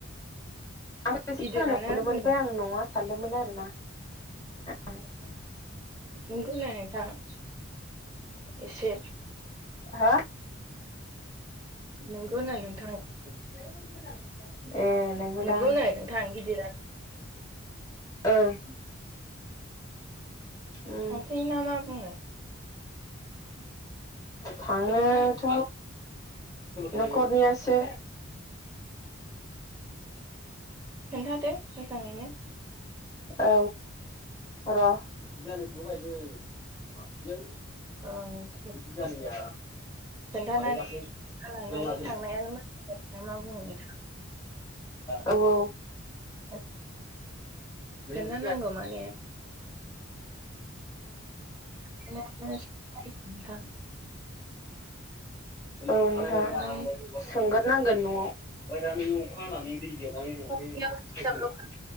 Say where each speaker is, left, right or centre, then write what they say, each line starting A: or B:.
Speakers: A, on the left; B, on the right.
A: आंबो एसे
B: गिदिरानो
A: खोनानो मोनदोंमोन
B: होनदों
A: ओमफ्राय आं नङआ सानदोंमोन आरो। आ। <unintelligible>
B: बेखौ नखा <unintelligible> एसे।
A: हा
B: नोंगौ नो नोंथां।
A: <unintelligible> नंगौदां
B: नोंगौनो नोंथां गिदिरा
A: ओं उम
B: थासेै ना मा बुंङो?
A: थांनोथ'
B: ना
A: न'खरनियासो
B: खोन्थादो मोजाङैनो-
A: औ औ र' बिगानैखौ
B: ओं
A: बिगानैया
B: खोन्थानानै
A: माने दाख्लै
B: गालांनानै
A: एवना दोन
B: थांनायानो मोजां मा बुङो नोंथाङा?
A: औ औ
B: <inaudible>
A: <unintelligible> उम
B: खोन्थानांगौ
A: <unintelligible>
B: माने खोन्थानायानो साबसिन नोंथां।
A: औ नोंहा
B: खोन्थानानै
A: सोंगोरनांगोन न'आव। ओमफाय दानि अखा हानानै
B: नोंथांनियाव
A: <unintelligible>